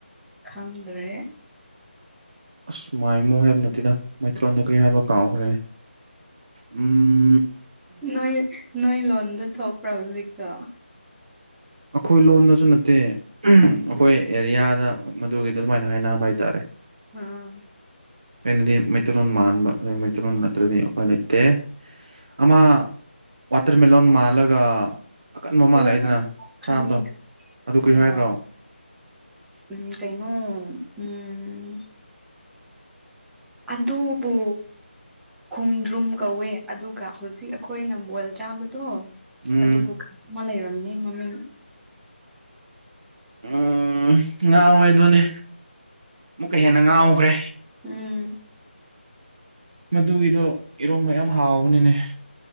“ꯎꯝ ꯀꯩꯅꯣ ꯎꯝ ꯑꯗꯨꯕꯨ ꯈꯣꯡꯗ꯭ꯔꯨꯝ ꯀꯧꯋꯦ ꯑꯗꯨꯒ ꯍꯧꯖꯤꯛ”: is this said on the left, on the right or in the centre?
Centre